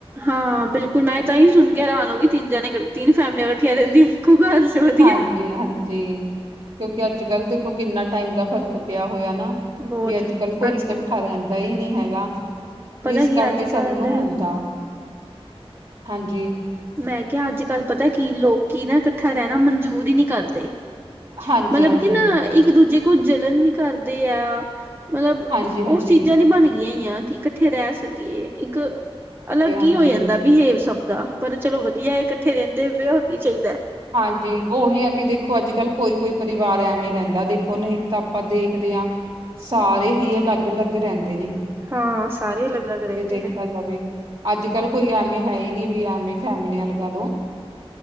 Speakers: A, on the right; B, on the right.
A: ਹਾਂ ਬਿਲਕੁਲ ਮੈਂ ਤਾਂਈ ਸੁਨ ਕੇ ਹੈਰਾਨ ਹੋ ਗਈ ਤਿੰਨ ਜਨੇ ਤਿੰਨ ਫੈਮਲੀਆਂ ਇਕੱਠੀਆਂ ਰੈਂਦੀਐ ਇੱਕੋ ਘਰ ਚ। ਵਧੀਆ
B: ਹਾਂਜੀ-ਹਾਂਜੀ, ਕਿਓਂਕਿ ਅੱਜ-ਕੱਲ ਦੇਖੋ ਕਿੰਨਾ ਟਾਈਮ ਦਾ ਫ਼ਰਕ ਪਿਆ ਹੋਏਆ ਨਾ।
A: ਬਹੁਤ
B: ਵੀ ਅੱਜ-ਕੱਲ ਕੋਈ
A: ਅੱਜ
B: ਇਕੱਠਾ
A: ਕੱਲ
B: ਰੈਂਦਾ ਈ ਨਈ ਹੈਗਾ।
A: ਪਤਾ
B: ਵੀ ਇਸ
A: ਕੀ
B: ਕਰਕੇ
A: ਅੱਜ
B: ਸਬ
A: ਕੱਲ
B: ਨੂੰ ਹੁੰਦਾ, ਹਾਂਜੀ।
A: ਮੈਂ ਕਿਆ ਅੱਜ-ਕੱਲ ਪਤਾ ਕੀ ਲੋਕੀ ਨਾ ਇਕੱਠਾ ਰੈਨਾ ਮਨਜੂਰ ਈ ਨਈ ਕਰਦੇ।
B: ਹਾਂਜੀ
A: ਮਤਲਬ
B: ਹਾਂਜੀ
A: ਕਿ ਨਾ ਇੱਕ ਦੂਜੇ ਕੋਲ ਜਲਨ ਵੀ ਕਰਦੇ ਆ। ਮਤਲਬ
B: ਹਾਂਜੀ ਹਾਂਜੀ ਹਾਂਜੀ
A: ਓਸ ਚੀਜ਼ਾਂ ਨੀ ਬਨ ਗਈਆਂ ਈ ਆ ਕੇ ਕੱਠੇ ਰੈ ਸਕੀਏ ਇੱਕ ਅਲੱਗ ਈ
B: ਹਾਂਜੀ
A: ਹੋ ਜਾਂਦਾ ਬਿਹੇਵ ਸਬ ਦਾ ਪਰ ਚਲੋ ਵਦੀਐ ਇਕੱਠੇ ਰੈਂਦੇ ਵੇ ਓਂ ਕੀ ਚਾਈਦੈ।
B: ਹਾਂਜੀ ਓਹੀ ਆ ਕਿ ਦੇਖੋ ਅੱਜ-ਕੱਲ ਕੋਈ-ਕੋਈ ਪਰਿਵਾਰ ਐਵੇਂ ਰੈਂਦੈ ਦੇਖੋ ਨਹੀਂ ਤਾਂ ਆਪਾਂ ਦੇਖਦੇ ਆਂ ਸਾਰੇ ਹੀ ਅਲੱਗ-ਅਲੱਗ ਰੈਂਦੇ ਨੇ,
A: ਹਾਂ ਸਾਰੇ ਅਲੱਗ ਅਲੱਗ ਰਹਿੰਦੇ
B: ਜੇ ਦੇਖੇਆ
A: ਨੇ
B: ਜਾਵੇ। ਅੱਜ-ਕੱਲ ਕੋਈ ਐਵੇਂ ਹੈ ਈ ਨੀ ਵੀ ਐਵੇਂ ਫੈਮਲੀਆਂ ਲਗਾ ਲੋ।